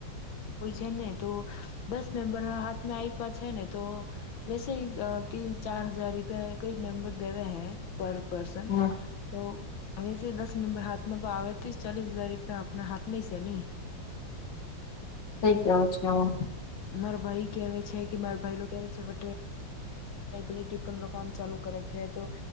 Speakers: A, on the left (about 80°); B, on the left (about 65°).
A: હોય છે ને તો દસ મેમ્બર હાથમાં આપ્યા છે ને તો વેસે તીન ચાર હજાર રૂપિયા કઈ મેમ્બર દેવે હૈ પર પરસન
B: હા
A: તો વૈસે દસ મેમ્બર હાથમાં આવેવે તો ચાલીસ હજાર રૂપિયા આપણા હાથમાં છે નય.
B: થઈ કે <inaudible>
A: મારા ભાઈ કેવે છે કે મારા ભાઈ ન કે છે કે ટીફીન નુ કામ ચાલુ કરે છે તો